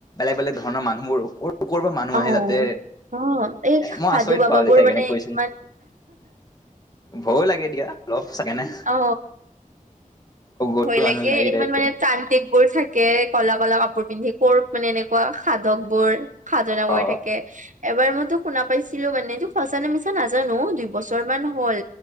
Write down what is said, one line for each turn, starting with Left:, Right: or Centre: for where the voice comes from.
Left: তাই বোলে ধৰণ মানুহবোৰ কৰ পৰা মানুহ
Right: আৰু
Left: আহে তাতে
Right: অ অ এই
Left: মই
Right: সাধু
Left: আচৰিত
Right: বাবাবোৰ
Left: বাও চাই কেনে
Right: মানে
Left: কৈছিল
Right: ইমান
Left: ভয়ো লাগে দিয়া অলপ চাইকেনে
Right: অ
Left: অঘৰী
Right: ভয়
Left: মানুহ
Right: লাগে
Left: লাগি
Right: ইমান
Left: থাকে
Right: মানে তান্তিক বোৰ থাকে কলা কলা কাপোৰ পিন্ধি কৰ মানে এনেকুৱা সাধক বোৰ সাধনা কৰি
Left: অ
Right: থাকে এবাৰ মইতো শুনা পাইছিলো মানে এইটো সঁচানে মিছা নাজানো দুই বছৰমান হ'ল